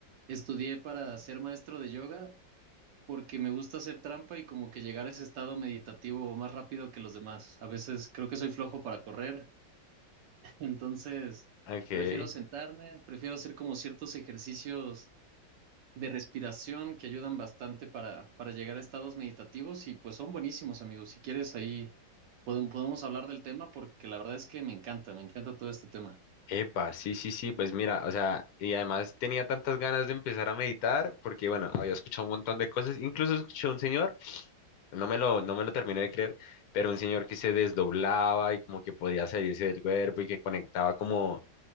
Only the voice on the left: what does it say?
Ok.
Epa, sí, sí, sí, pues mira, o sea, y además tenía tantas ganas de empezar a meditar porque, bueno, había escuchado un montón de cosas, incluso escuché a un señor, no me lo, no me lo terminé de creer, pero un señor que se desdoblaba y como que podía salirse del cuerpo y que conectaba como